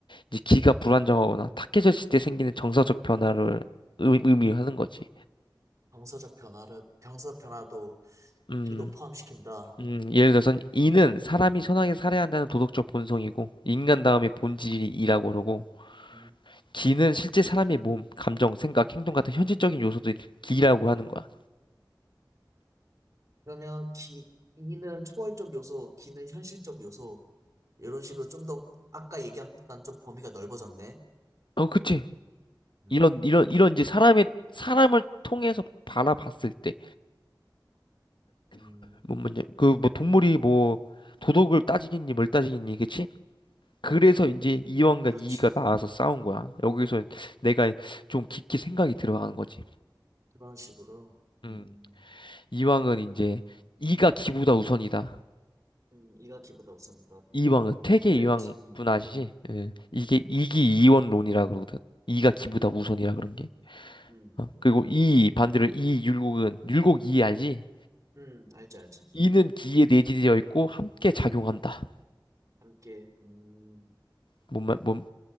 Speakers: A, on the left; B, on the right.
A: 이제 기가 불안정하거나 탁해졌을 때 생기는 정서적 변화를 의- 의미하는 거지.
B: 방사적 변화를 방사 변화도
A: 음,
B: 기로 포함시킨다.
A: 음, 예를 들어서 이는 사람이 선하게 살아야 한다는 도덕적 본성이고 인간 다음의 본질이 이라고 그러고
B: 음.
A: 기는 실제 사람의 몸, 감정, 생각, 행동 같은 현실적인 요소들이 기라고 하는 거야.
B: 그러면 기 이는 초월적 요소, 기는 현실적 요소 이런 식으로 좀 더 아까 얘기한 것보다는 좀 범위가 넓어졌네.
A: 어, 그치.
B: 음,
A: 이런 이런 이런 이제 사람의 사람을 통해서 바라봤을 때.
B: 음,
A: 뭐 뭐냐 그뭐 동물이 뭐 도덕을 따지겠니 뭘 따지겠니 그치? 그래서
B: 음,
A: 이제 이왕과
B: 그렇지.
A: 이의가 나와서 싸운 거야. 여기서 내가 좀 깊게 생각이 들어가는 거지.
B: 그런 식으로. 음,
A: 음, 이왕은 이제 이가 기보다
B: 음,
A: 우선이다.
B: 음, 이가 기보다 우선이다.
A: 이왕은 태계
B: 반대,
A: 이왕
B: 음,
A: 분 아시지?
B: 음,
A: 예, 이게
B: 음,
A: 이기이원론이라 그러거든. 이가 기보다
B: 음,
A: 우선이라 그런 게.
B: 음.
A: 어, 그리고 이 반대로 이 율곡은 율곡 이 알지?
B: 음, 알지, 알지.
A: 이는 기에 내재되어 있고 함께 작용한다.
B: 함께, 음,
A: 뭔 말, 뭔,